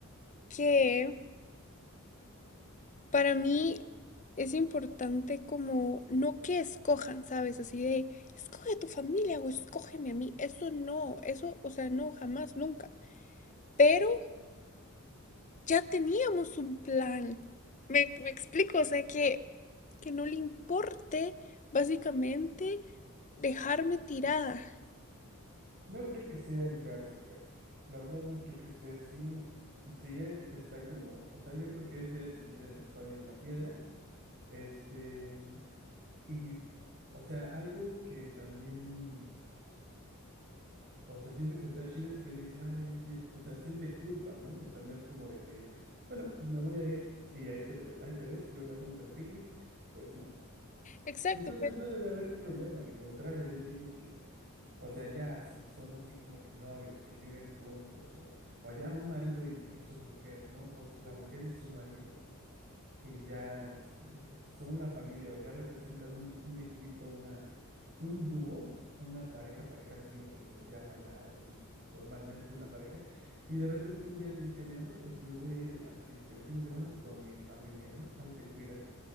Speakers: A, on the left; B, on the right.
A: que Para mí es importante como no que escojan, ¿sabes? Así de, escoge a tu familia o escógeme a mí. Eso no, eso, o sea, no, jamás, nunca. Pero ya teníamos un plan. Me, me explico, o sea, que, que no le importe básicamente dejarme tirada.
B: no creo que sea el caso, Kat. La verdad no creo que sea así. Si él está como, o sea, yo creo que él se debe sentir en la espada y en la piedra. Este, y, o sea, algo que también, o sea, siento que está chido es que él dice, ay, es que, ya te-", o sea, siente culpa, ¿no? O sea, no es como de que, bueno, pues me voy a ir y ahí te, la ve- ahí te ves, luego hacemos el picnic. Pues no.
A: Exacto,
B: Entonces
A: pero
B: no debe haber problema, al contrario, yo digo que, o sea, ya si son así como que novios que viven juntos, o, o ya un marido y, y su mujer, ¿no? O s- la mujer y su marido, y ya este, son una familia, o ya representan un, un equipo, una, un dúo, una pareja, pareja, así lo que se le llama ya ahora sí, formalmente una pareja, y de repente un día te dice, mi amor, este, me voy a ir aquí este, el fin de semana con mi familia, ¿no? Ahí te cuidas.